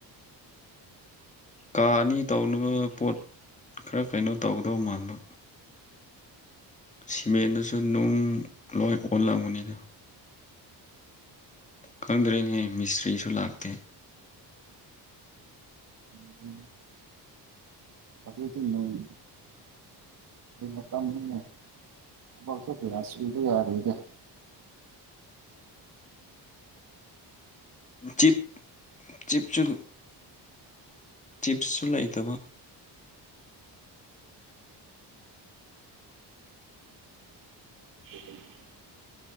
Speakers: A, on the left; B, on the right.
A: ꯀꯥ ꯑꯅꯤ ꯇꯧꯅꯕ ꯄꯣꯠ ꯈꯔ ꯀꯩꯅꯣ ꯇꯧꯒꯗꯧꯕ ꯃꯥꯟꯕ꯫ ꯁꯤꯃꯦꯟꯗꯨꯁꯨ ꯅꯨꯡ ꯂꯣꯏ ꯑꯣꯜꯂꯝꯒꯅꯤꯗ꯫ ꯈꯪꯗ꯭ꯔꯦꯅꯦꯍꯦ ꯃꯤꯁꯇ꯭ꯔꯤꯁꯨ ꯂꯥꯛꯇꯦ꯫
B: ꯎꯝ ꯫ ꯍꯧꯖꯤꯛꯇꯤ ꯅꯣꯡꯒꯤ <unintelligible> ꯐꯪꯅꯤꯅꯦ ꯊꯕꯛꯁꯨ ꯀꯌꯥ ꯁꯨꯕꯥꯌꯗꯔꯤꯗ꯫
A: ꯆꯤꯞ꯫ ꯆꯤꯞꯁꯨ ꯆꯤꯞꯁꯁꯨ ꯂꯩꯇꯕ꯫
B: <inaudible>